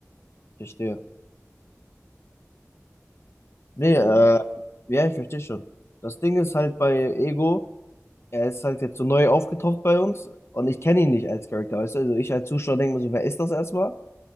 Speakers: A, on the left; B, on the right.
A: verstehe. Nee,
B: Weißt du,
A: äh,
B: was ich meine?
A: ja, ich verstehe schon. Das Ding ist halt bei Ego, er ist halt jetzt so neu aufgetaucht bei uns und ich kenne ihn nicht als Charakter, weißt du? Also ich als Zuschauer denke mir so, wer ist das erstmal?